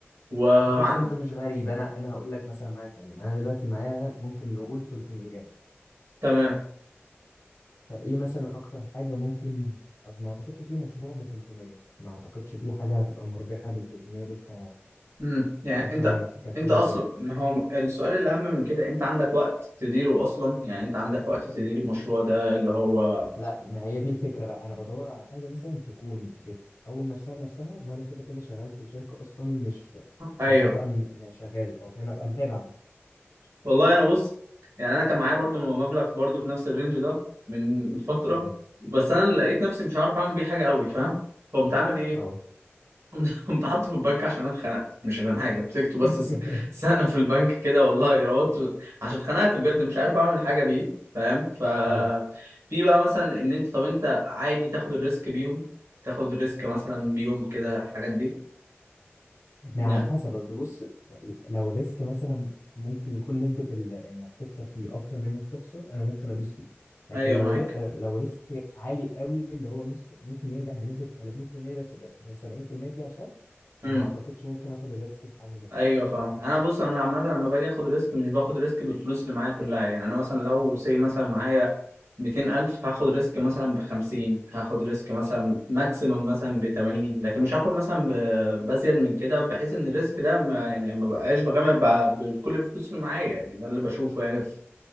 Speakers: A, on the right; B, on the left.
A: وعن
B: بص انت مش غريب انا انا هقول لك مثلا معايا كام يعني انا دلوقتي معايا ممكن نقول 300
A: تمام
B: فايه مثلا اكتر حاجه ممكن قصدي ما اعتقدش في مشروع ب 300 ما اعتقدش في حاجه هتبقى مربحه بال 300 دول ك
A: امم يعني
B: كاسمه
A: انت
B: ايه كفلوس
A: انت اصلا
B: يعني
A: ما هو السؤال الاهم من كده انت عندك وقت تديره اصلا يعني انت عندك وقت تدير المشروع ده اللي هو
B: لا ما هي دي الفكرة بقى أنا بدور على حاجة مثلا تكون بتقوم نفسها بنفسها وأنا كده كده شغال في الشركة أصلا مش
A: ايوه
B: مش هبقى م- م- شغال أو فاهم أبقى متابع بس
A: والله انا بص يعني انا كان معايا برضو مبلغ برضو في نفس الرينج ده من فتره
B: تمام
A: بس انا لقيت نفسي مش عارف اعمل بيه حاجه قوي فاهم فقمت عامل ايه
B: أه
A: <laughs> قمت حاطه في البنك عشان انا اتخنقت مش عشان حاجه مسكته بس
B: <laughs>
A: س- سنه في البنك كده والله روضت عشان اتخنقت بجد مش عارف اعمل حاجه بيه فاهم ف
B: أه
A: في بقى مثلا ان انت طب انت عادي تاخد الريسك بيهم تاخد الريسك مثلا بيهم كده الحاجات دي
B: ما
A: يعني
B: على حسب قصدي بص لو الريسك مثلا ممكن يكون نسبة ال... إنك تكسب فيه أكتر من إنك تخسر أنا ممكن أدوس فيه لكن
A: ايوه
B: لو
A: معاك
B: ر... لو ريسك عالي قوي اللي هو مسك- ممكن ينجح بنسبة 30% بس بس 70% فيها شك
A: إمم.
B: ما أعتقدش ممكن آخد الريسك في حاجة زي كده
A: ايوه فاهم انا بص انا عامه لما باجي اخد ريسك مش باخد ريسك بالفلوس اللي معايا كلها يعني انا مثلا لو سي مثلا معايا 200000 هاخد ريسك مثلا ب 50 هاخد ريسك مثلا ماكسيمم مثلا ب 80 لكن مش هاخد مثلا ب- بزيد من كده بحيث ان الريسك ده ما يعني ما بقاش بغامر بع- بكل الفلوس اللي معايا يعني ده اللي بشوفه يعني في